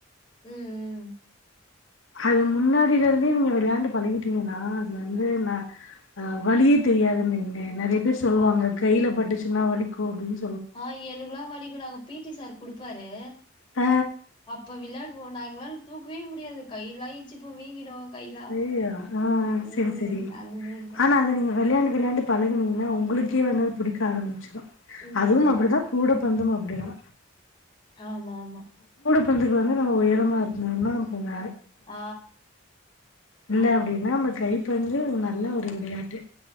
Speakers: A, on the left; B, on the left.
A: ம் ம்
B: அது முன்னாடியிலருந்தே நீங்க விளையாண்டு பழகிட்டீங்கன்னா அது வந்து நா அ வலியே தெரியாதுன்னு வெய்ங்களே நறையா பேர் சொல்லுவாங்க
A: ஆமா ஆமா
B: கையில பட்டுச் சுன்னா வலிக்கு அப்டின்
A: ஆ எனக்குலா வலிக்கு <unintelligible> பி ஈ டி சார் குடுப்பாரு
B: ஆ
A: அப்ப விளாடுவோ நா எங்ளால தூக்கவே முடியாது கையிலா <unintelligible> வீங்கிடு கைலா
B: ஐயையோ அ அ செரி
A: ம்
B: செரி
A: அந்த மாரிதா
B: ஆனா அது நீங்க வெளையாண் விளையாண்டு பழகுனிங்னா உங்களுக்கே வந்து புடிக்க ஆரமிச்சுடு
A: ம்
B: அதுவும் அப்டிதா
A: ம்
B: கூட பொறந்தவ ப்டிதா
A: ஆமா ஆமா
B: ரெண்டு பேரு நம்ம உயரமா இருந்தோம்னா நமக்குங்க
A: ஆ
B: இல்ல
A: ஆமா
B: அப்டின்னா
A: சிஸ்டர்
B: நம்ம ட்ரை பண் ணி நல்ல ஒரு விளையாட்டு